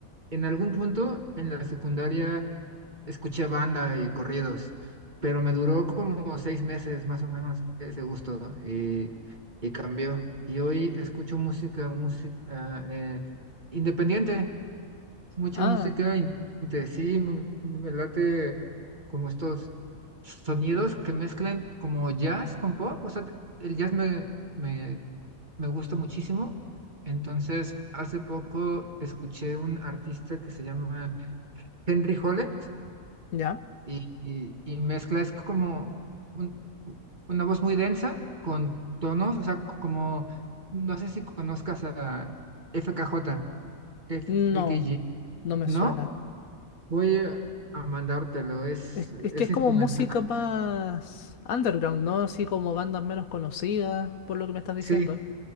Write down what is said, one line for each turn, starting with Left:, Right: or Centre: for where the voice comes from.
Right: En algún punto en la secundaria escuché banda y corridos, pero me duró como seis meses más o menos ese gusto y, y cambió. Y hoy escucho música, música eh, independiente. mucha
Left: Ah.
Right: música independiente. Sí, me, me late como estos sonidos que mezclan como jazz con pop. O sea, te- el jazz me, me, me gusta muchísimo. Entonces, hace poco escuché un artista que se llama Henry Hollett
Left: ¿Ya?
Right: y, y, y mezcla es como un- una voz muy densa con tonos, o sea, como, no sé si conozcas a FKJ, FKG.
Left: No, no me
Right: ¿No?
Left: suena.
Right: Voy a a mandártelo, es,
Left: Es, es
Right: es
Left: que es
Right: instrumental.
Left: como música más underground, ¿no? Así como bandas menos conocidas, por lo que me estás diciendo.
Right: Sí,